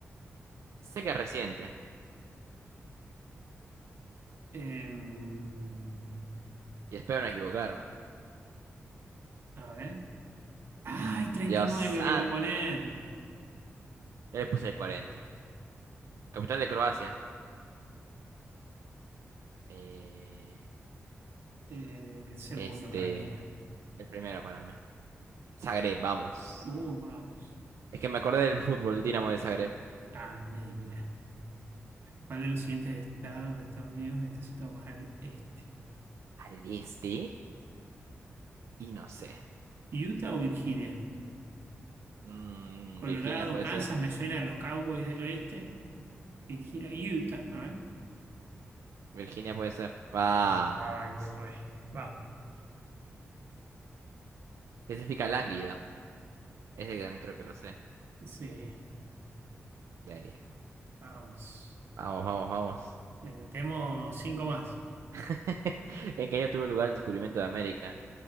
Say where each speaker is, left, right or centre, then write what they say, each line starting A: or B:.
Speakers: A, on the right; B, on the right.
A: Sé que es reciente.
B: Em,
A: Y espero no equivocarme.
B: a ver. ¡Ay, 39
A: Dios santo.
B: le iba a poner!
A: Ya le puse el 40? Capital de Croacia. Eh,
B: Eh, el segundo
A: este,
B: para mí.
A: el primero para mí. Zagreb, vamos.
B: Uh, vamos.
A: Es que me acordé del fútbol, Dinamo de Zagreb.
B: Ah, ni, mira. ¿Cuál de los siguientes estados de Estados Unidos está situado más al este?
A: Al este y no sé.
B: ¿Utah o Virginia?
A: Mm,
B: Colorado,
A: Virginia puede
B: Kansas,
A: ser.
B: me suena a los Cowboys del Oeste. Virginia, Utah. A ver.
A: Virginia puede ser. Vamos.
B: Oh, ay, re, re. Va.
A: ¿Qué significa lánguido? Ese que también creo que lo sé.
B: Sí,
A: Débil.
B: vamos.
A: Vamos, vamos, vamos.
B: Le metemos cinco más.
A: <laughs> ¿En qué año tuvo lugar el descubrimiento de América?